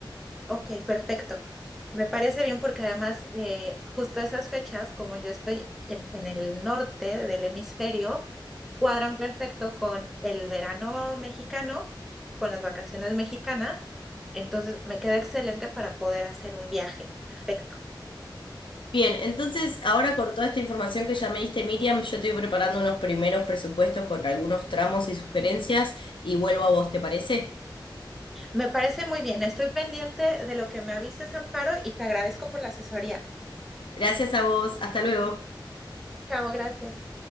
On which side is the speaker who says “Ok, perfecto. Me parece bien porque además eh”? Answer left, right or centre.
Centre